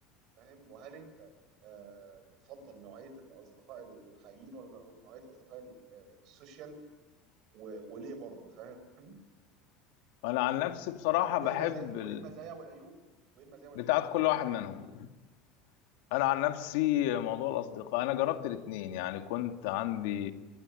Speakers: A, on the right; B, on the left.
A: فاهم وهل انت آه، بتفضل نوعيه الاصدقاء الحقيقيين ولا نوعيه اصدقاء ال- آه، السوشيال و- وليه برضه فاهم
B: انا عن نفسي بصراحه
A: وايه
B: بحب
A: المزايا وايه
B: ال...
A: المزايا والعيوب وايه المزايا والعيوب
B: بتاعت
A: بتاعت
B: كل
A: كل
B: واحد
A: حاجه
B: منهم
A: من الاثنين
B: انا عن نفسي موضوع الاصدقاء انا جربت الاتنين يعني كنت عندي